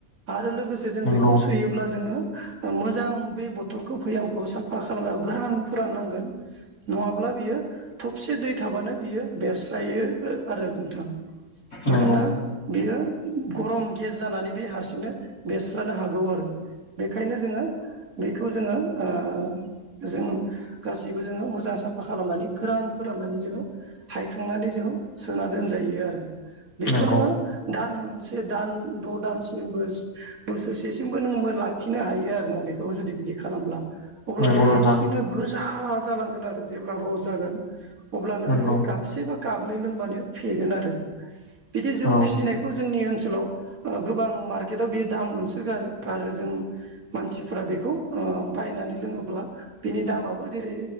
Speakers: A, on the right; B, on the left.
A: आरो लोगोसे जों
B: नंगौ
A: बेखौ सोयोब्ला जोङो ओ मोजां बे बथलखौ भैयामखौ सा फा खालामना गोरान फोरान नांगोन। नङाब्ला बियो थबसे दै थाबानो बियो बेरस्रायो ओ आरो नोंथां।
B: नंगौ
A: मानोना बेयो गरम गेस जानानै बे हारसिंनो बेरस्रानो हागौ आरो। बेखायनो जोङो बेखौ जोङो ओ जों गासैबो जोङो मोजां साफा खालामनानै गोरान फोराननानै जोङो हायखांनानै जोंङो सुा दोनजायो आरो बेखौ
B: नंगौ
A: नोङो दान मोनसे दान द' दानसिमबो सो बोसोरसेसिमबो नोंङो लाखिनो हायो आरो नों बेखौबो जुदि बिदि खालामब्ला। अब्ला
B: नंगौ
A: बे
B: नोंथां
A: हारसिङैनो गोजा जालांगोन आरो जेब्ला रस जागोन। अब्ला नों
B: नंगौ
A: बेखौ काबसे बा काबनै लोंबानो फेगोन आरो बिदि जौ
B: औ
A: फिसिनाय खौ जोंनि ओनसोलाव गोबां मार्केटआव बे दाम मोनसोगारो आरो जों मानसिफ बेखौ ओ बायनानै लोङोब्ला बिनि दामाबो जेरै